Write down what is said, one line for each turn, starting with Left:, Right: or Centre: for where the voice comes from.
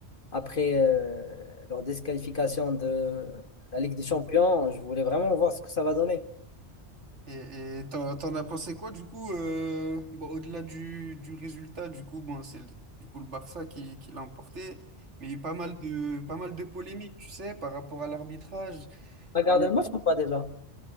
Left: après euh, leur disqualification de la Ligue des Champions, je voulais vraiment voir ce que ça va donner.
Right: Et et t'en, t'en as pensé quoi du coup euh, bon, au-delà du, du résultat, du coup, bon, c'est le- du coup le Barça qui, qui l'a emporté, mais il y a eu pas mal de, pas mal de polémiques, tu sais, par rapport à l'arbitrage.
Left: T'as regardé
Right: Euh,
Left: le match ou pas déjà?